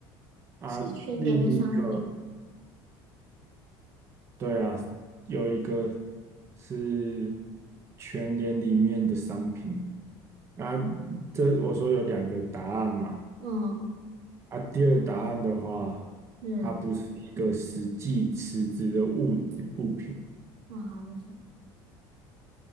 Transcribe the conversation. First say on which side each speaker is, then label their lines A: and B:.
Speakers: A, on the right; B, on the right.
A: 啊，
B: 是全联的商品。
A: 另一个对啊，有一个是全联里面的商品。啊，这我说有两个答案嘛。
B: 嗯
A: 啊，第二答案的话，
B: 嗯，
A: 它不是一个实际实质的物物品，
B: 那好像是，